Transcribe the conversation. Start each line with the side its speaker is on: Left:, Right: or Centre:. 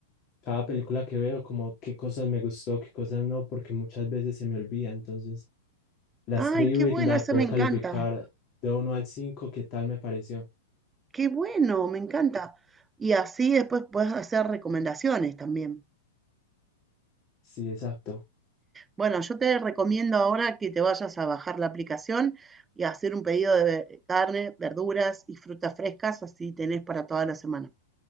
Left: cada película que veo, como qué cosas me gustó, qué cosas no, porque muchas veces se me olvida. Entonces, la
Right: Ay,
Left: escribo
Right: qué bueno,
Left: y la
Right: esa
Left: puedo
Right: me encanta.
Left: calificar de uno al 5 qué tal me pareció.
Right: Qué bueno, me encanta. Y así después puedes hacer recomendaciones también.
Left: Sí, exacto.
Right: Bueno, yo te recomiendo ahora que te vayas a bajar la aplicación y hacer un pedido de ve- carne, verduras y frutas frescas, así tenés para toda la semana.